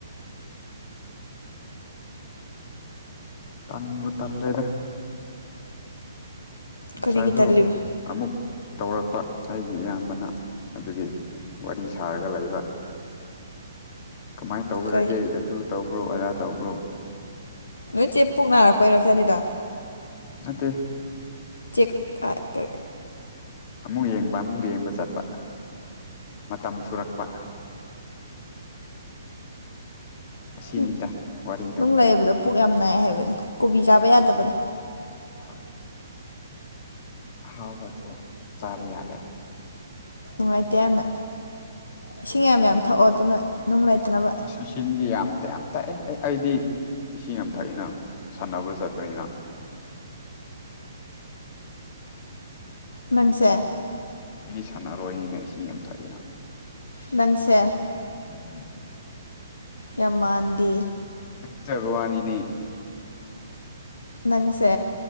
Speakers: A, on the left; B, on the left.
A: ꯇꯟꯕꯨ ꯇꯜꯂꯦꯗ ꯉꯁꯥꯏꯗꯣ
B: ꯀꯔꯤꯒꯤ ꯇꯜꯂꯤꯕ
A: ꯑꯃꯨꯛ ꯇꯧꯔꯛꯄ ꯑꯩꯒꯤ ꯏꯌꯥꯝꯕꯅ ꯑꯗꯨꯒꯤ ꯋꯥꯔꯤ ꯁꯥꯔꯒ ꯂꯩꯕ ꯀꯃꯥꯏꯟ ꯇꯧꯒ꯭ꯔ꯭ꯒꯦ
B: ꯀꯩ
A: ꯑꯗꯨ ꯇꯧꯕ꯭ꯔꯣ ꯑꯗꯥ ꯇꯧꯕ꯭ꯔꯣ
B: ꯅꯣꯏ ꯆꯦ ꯄꯨꯛ ꯅꯥꯔꯛꯄꯩꯔꯣ ꯆꯠꯂꯤꯗ
A: ꯅꯠꯇꯦ
B: ꯆꯦꯛ ꯀ ꯀ
A: ꯑꯃꯨꯛ ꯌꯦꯡꯕ ꯑꯃꯨꯛ ꯌꯦꯡꯕ ꯆꯠꯄ ꯃꯇꯝ ꯁꯨꯔꯛꯄ ꯑꯁꯤꯅꯤꯗ
B: ꯎꯝ
A: ꯋꯥꯔꯤꯗꯣ
B: ꯅꯨꯡ ꯂꯩꯕꯗꯣ ꯄꯨꯛ ꯌꯥꯝ ꯅꯥꯏ ꯍꯥꯏꯕꯅꯤ ꯀꯣꯕꯤ ꯆꯥꯕ ꯌꯥꯗꯕꯅꯤ꯫
A: ꯍꯣꯏ꯫ ꯑꯍꯥꯎꯕꯁꯨ ꯆꯥꯕ ꯌꯥꯗꯕꯥ
B: ꯅꯨꯡꯉꯥꯏꯇꯦ ꯌꯥꯝꯅ ꯏꯁꯤꯡ ꯌꯥꯝ-ꯌꯥꯝ ꯊꯛꯑꯣ ꯑꯗꯨꯅ꯫ ꯅꯨꯡ ꯂꯩꯇꯅꯕ
A: ꯎꯝꯁꯤꯡꯗꯤ ꯌꯥꯝ ꯇ ꯌꯥꯝ ꯊꯥꯛꯑꯦ ꯑꯩ ꯑꯩꯗꯤ ꯏꯁꯤꯡ ꯌꯥꯝ ꯊꯛꯏꯅ ꯁꯥꯟꯅꯕ ꯆꯠꯄꯅꯤꯅ
B: ꯃꯅꯨꯡꯁ
A: ꯑꯩꯗꯤ ꯁꯥꯟꯅꯔꯣꯏꯅꯤꯅ ꯏꯁꯤꯡ ꯌꯥꯝ ꯊꯛꯏꯅ
B: ꯅꯪꯁꯦ꯫
A: ꯎꯝ--꯫
B: ꯌꯥꯝ ꯃꯥꯟꯗꯦ
A: ꯈꯠꯆꯕꯋꯥꯅꯤꯅꯦ꯫
B: ꯅꯪꯁꯦ꯫